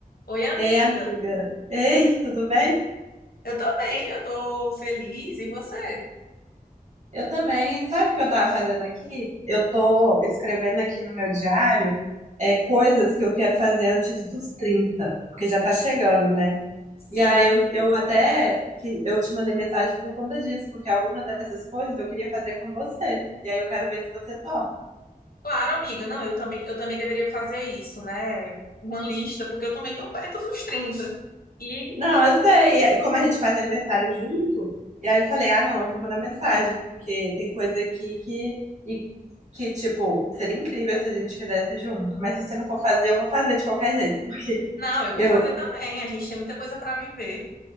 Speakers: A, on the left (about 80°); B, on the right (about 50°).
A: Oi, amiga.
B: Ei, amiga. Ei, tudo bem?
A: Eu tô bem, eu tô feliz. E você?
B: Eu também. Sabe o que eu tava fazendo aqui? Eu tô escrevendo aqui no meu diário é, coisas que eu quero fazer antes dos 30, porque já tá chegando, né?
A: Sim,
B: E aí eu, eu até que eu te mandei mensagem por conta disso, porque alguma dessas coisas eu queria fazer com você. E aí eu quero ver se você topa.
A: claro, amiga. Não, eu também, eu também deveria fazer isso, né? Uma lista, porque eu também tô perto dos trinta E
B: Não, eu sei. E como a gente faz aniversário junto, e aí eu falei, ah, não, eu vou mandar mensagem, porque tem coisa aqui que, e, que, tipo, seria incrível se a gente fizesse junto. Mas se você não for fazer, eu vou fazer de qualquer jeito, <laughs> porque
A: não, eu vou
B: eu,
A: fazer também. A gente tem muita coisa para viver.